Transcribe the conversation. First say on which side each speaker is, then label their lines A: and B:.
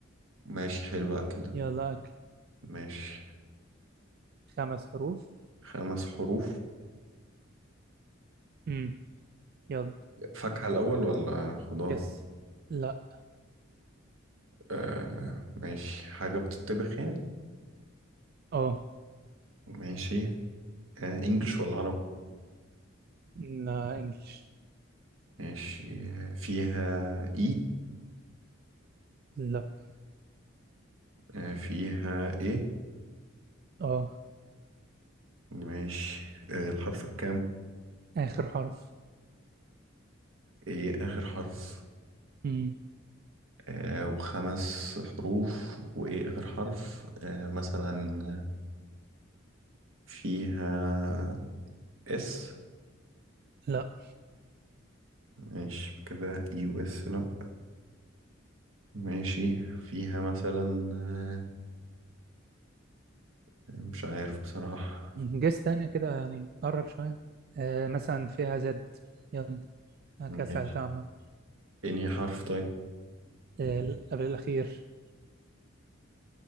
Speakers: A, on the right (about 80°); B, on the right (about 50°).
A: ماشي حلو أكل ده
B: يلا أكل
A: ماشي
B: خمس حروف
A: خمس حروف
B: امم يلا
A: فاكهة الأول ولا خضار
B: يس لا
A: آه ماشي حاجة بتطبخ يعني
B: أه
A: ماشي آه إنجلش ولا عربي
B: لا إنجلش
A: ماشي آه فيها إي
B: لا
A: آه فيها إيه
B: أه
A: ماشي آه الحرف الكام
B: آخر حرف
A: إيه آخر حرف
B: امم
A: آه، وخمس حروف وإيه آخر حرف آه، مثلا فيها اس
B: لا
A: ماشي كده اي و اس لأ ماشي فيها مثلا آه، مش عارف بصراحة
B: جيس تانية كده يعني قرب شوية آه مثلا فيها زد يلا أنا كده سألتها
A: ماشي
B: عامة
A: انهي حرف طيب
B: آه ال- قبل الأخير